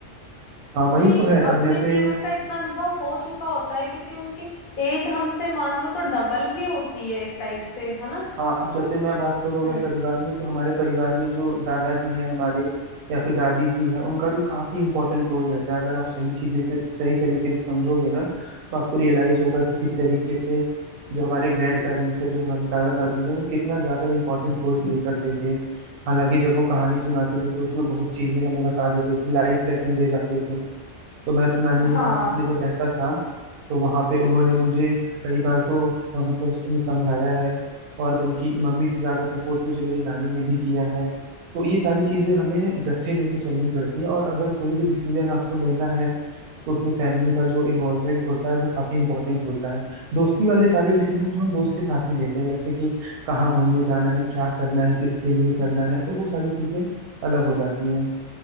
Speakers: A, on the right (about 60°); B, on the left (about 50°).
A: हाँ
B: उन्हें
A: वही तो है
B: अपने
A: अब जैसे
B: जीवन का इतना अनुभव हो चुका होता है क्योंकि उनकी एज हमसे मान लो तो डबल ही होती है एक टाइप से है ना
A: हाँ अब जैसे मैं बात करूँ
B: हम्म
A: अगर परिवार में तो हमारे परिवार में जो दादाजी हैं हमारे या फिर दादी जी हैं उनका भी काफी इंपॉर्टेंट रोल रहता है अगर आप सही चीजें से सही तरीके से समझोगे ना तो आपको रियलाइज होगा कि किस तरीके से जो हमारे ग्रैंड पेरेंट्स हैं जो हमारे दादा दादी हैं वो कितना ज्यादा इंपॉर्टेंट रोल प्ले करते थे हालांकि जब वो कहानी सुनाते थे तो उसमें बहुत चीजें हमें बता देते थे लाइफ लेसन दे जाते थे तो मैं तो नानी
B: हाँ
A: के साथ अपने जब रहता था तो वहां पे उन्होंने मुझे कई बार तो अ, मतलब सम- समझाया है और बल्कि मम्मी से ज्यादा सपोर्ट मुझे मेरी नानी ने भी किया है तो ये सारी चीजें हमें ना इकट्ठे लेके चलनी पड़ती है और अगर कोई भी डिसीजन आपको लेना है तो उसमें फैमिली का जो इन्वॉल्वमेंट होता है वो काफी इंपॉर्टेंट होता है दोस्ती वाले सारे डिसीजन तो हम दोस्त के साथ ही लेते हैं जैसे कि कहाँ घूमने जाना है क्या करना है किसके लिए करना है तो वो सारी चीजें अलग हो जाती हैं।